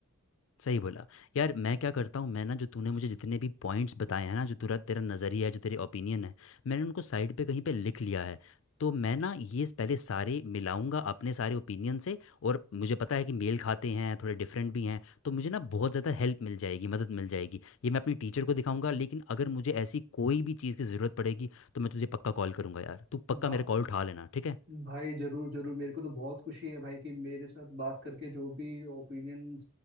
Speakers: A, on the left; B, on the right.
A: सही बोला यार मैं क्या करता हूँ मैं ना जो तूने मुझे जितने भी पॉइंट्स बताए हैं ना जो तेरा तेरा नज़रिया है जो तेरे ओपिनियन है मैंने उनको साइड पे कहीं पे लिख लिया है तो मैं ना ये पहले सारे मिलाऊंगा अपने सारे ओपिनियन से और मुझे पता है कि मेल खाते हैं थोड़े डिफरेंट भी हैं तो मुझे ना बहुत ज़्यादा हेल्प मिल जाएगी मदद मिल जाएगी ये मैं अपनी टीचर को दिखाऊंगा लेकिन अगर मुझे ऐसी कोई भी चीज़ की ज़रूरत पड़ेगी तो मैं तुझे पक्का कॉल करूंगा यार तू पक्का
B: भाई
A: मेरा कॉल उठा लेना ठीक है
B: भाई जरूर जरूर मेरे को तो बहुत खुशी है भाई कि मेरे साथ बात करके जो भी ओपिनियन